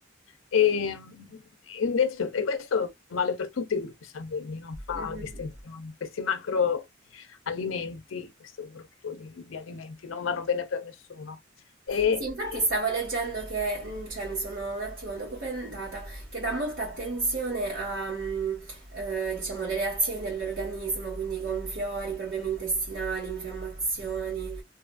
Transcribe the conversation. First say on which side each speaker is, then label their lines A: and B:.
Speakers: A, on the left (about 80°); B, on the right (about 65°).
A: E, invece, e questo vale per tutti i gruppi sanguigni, non fa
B: Mhm.
A: distinzioni. Questi macroalimenti, questo gruppo di, di alimenti, non vanno bene per nessuno. E,
B: Sì, infatti
A: e
B: stavo leggendo che, mh, cioè mi sono un attimo documentata, che dà molta attenzione a, mh, eh, diciamo, le reazioni dell'organismo, quindi gonfiori, problemi intestinali, infiammazioni.